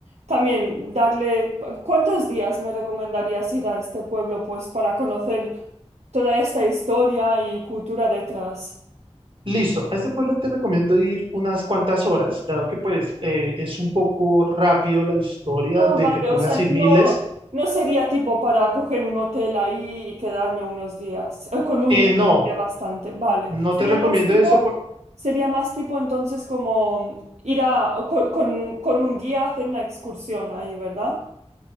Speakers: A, on the right; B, on the right.
A: también darle, ¿cuántos días me recomendarías ir a este pueblo pues para conocer toda esta historia y cultura detrás?
B: Listo, a este pueblo te recomiendo ir unas cuantas horas, dado que pues eh, es un poco rápido la historia
A: Ah,
B: de
A: vale,
B: que tú
A: o
B: la
A: sea,
B: asimiles.
A: no, no sería tipo para coger un hotel ahí y quedarme unos días. Eh, con un
B: Eh,
A: día
B: no,
A: sería bastante, vale.
B: no
A: Sería
B: te recomiendo
A: más tipo,
B: eso, por-
A: sería más tipo entonces como ir a, co- con, un con un guía a hacer una excursión ahí, ¿verdad?